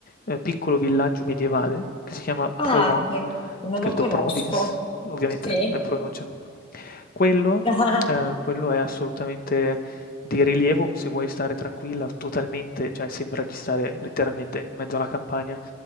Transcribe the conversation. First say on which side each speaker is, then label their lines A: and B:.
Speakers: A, on the left (about 40°); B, on the left (about 25°).
A: ehm, piccolo villaggio medievale che si chiama
B: Ah,
A: Provins,
B: non, non
A: scritto
B: lo conosco.
A: Province, ovviamente
B: Sì.
A: la pronuncia. Quello
B: <laughs>
A: ehm, quello è assolutamente di rilievo se vuoi stare tranquilla, totalmente cioè sembra di stare letteralmente in mezzo alla campagna